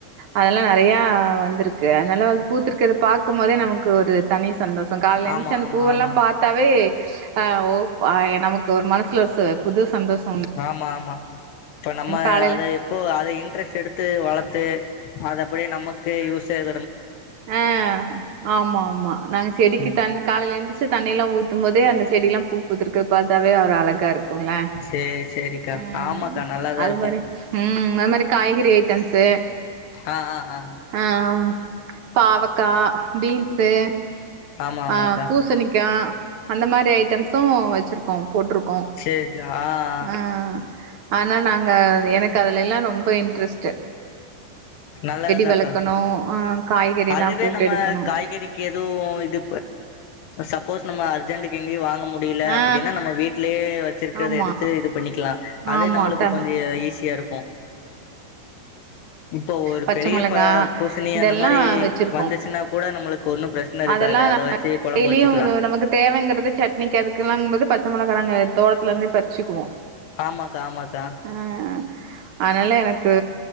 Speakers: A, on the right (about 70°); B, on the left (about 85°).
A: அதெல்லா நெறையா வந்திருக்கு அதனால பூத்துருக்குது பாக்கும் போதே நமக் க்கு ஒரு தனி சந்தோஷம் கால எந்துருதுச்சு
B: ஆமா
A: அந்த
B: ஆமா
A: பூவ எல்லா
B: ஆமா
A: பாத்தாவே ஆ ஓ ஆய நமக்கு ஒரு மனசுல ஒருசு புது சந்தோஷம்
B: ஆமா ஆமா இப்ப நம்ம
A: காலைல
B: அதை எப்போ அதை இன்ட்ரெஸ்ட் எடுத்து வளத்து அதை அப்படியே நமக்கு யூஸ் செய்
A: ஆஹ் ஆமா ஆமா நாங்க செடிக்கு
B: ம்
A: தண்ணி காலையில எந்துருச்சு தண்ணி எல்லா ஊத்தும் போதே அந்த செடி எல்லா பூ ஊத்துருக்குது பாத்தாவே ஒரு அழகா இருக்கும்ல்ல
B: சேரி சேரிக்கா
A: அ உம்
B: ஆமாக்கா நல்லாதா
A: அது
B: இருக்கு
A: மாறி உம் அது மாறி காய்கறே ட்டன்ஸு
B: ஆ ஆ ஆ
A: ஆஹ் ஆ பாவக் க்கா பீன்ஸு
B: ஆமா ஆமாக்கா
A: ஆஹ் பூசணிக்க அந்த மாறி அயிட் சோ வச்சிருக்கோம் போட்டிருக்கோம்
B: சேரி ஆ ஆ
A: ம் ம் ஆனா நாங்க எனக்கு அதுலலெல்லா ரொம்ப இன்ரஸ்ட்
B: நல்லதாக்கா
A: வளக்கணு ஆ காய்கறிலா
B: அதுவே
A: போட்டு
B: நம்ம
A: எடுக்கணு
B: காய்கறிக்கு எதுவு இது சப்போஸ் நம்ம அர்ஜென்டுக்கு எங்கயு வாங்க முடியல
A: ஆ
B: அப்படின்னா நம்ம வீட்லயே வச்சிருக்கிறத
A: ஆமா
B: எடுத்து இது பண்ணிக்கலாம் அதே
A: ஆமா
B: நம்மளுக்கு
A: த
B: கொஞ்ச ஈஸியா இருக்கு இப்போ ஒரு
A: பச்சை
B: பெரிய
A: மொளகா
B: ப பூசணி
A: இதெல்லாம்
B: அந்த மாரி
A: வெச்சிருக்கோம்
B: வந்துச்சுன்னா கூட நம்மளுக்கு ஒன்னு பிரச்சன இருக்காது
A: அதெல்லாம்
B: அத வச்சு கொழம்பு
A: டெய்லியும்
B: வச்சுக்கலா
A: நமக்கு தேவைங்கிறது சட்னிக்கு அதுக்கலாங்போது பச்சை மொளகா நாங்க தோட்டத்துல இருந்தே பறிச்சுக்குவோம்
B: ஆமாக்கா ஆமாக்கா
A: ஆஹ் அதனால எனக்கு